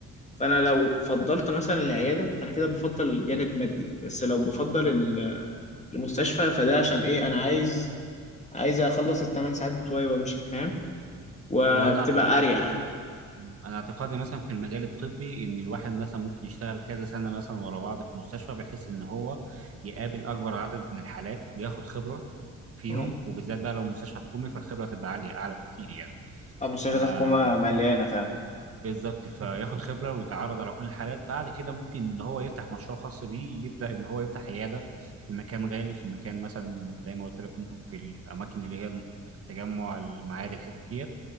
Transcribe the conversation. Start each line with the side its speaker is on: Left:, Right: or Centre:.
Left: فانا لو فضلت مثلا العياده فانا كده بفضل جانب مادي بس لو بفضل ال- المستشفى فده عشان ايه انا عايز عايز اخلص الثمان ساعات بتوعي وامشي فاهم وبتبقى
Right: هو انا اعتقادي
Left: اريح
Right: ان انا اعتقادي مثلا في المجال الطبي ان الواحد مثلا ممكن يشتغل كذا سنه مثلا ورا بعض في مستشفى بحيث ان هو يقابل اكبر عدد من الحالات وياخد خبره فيهم
Left: امم
Right: وبالذات بقى لو مستشفى حكومي فالخبره تبقى عاليه اعلى بكتير يعني
Left: اه مستشفيات
Right: آه،
Left: الحكومة مليانة فعلا
Right: بالظبط فياخد خبرة ويتعرض على كل الحالات بعد كده ممكن ان هو يفتح مشروع خاص بيه يبدأ ان هو يفتح عيادة في مكان غالي في مكان مثلا زي ما قلت لك ممكن في الاماكن اللي هي التجمع المعادي الحتت ديت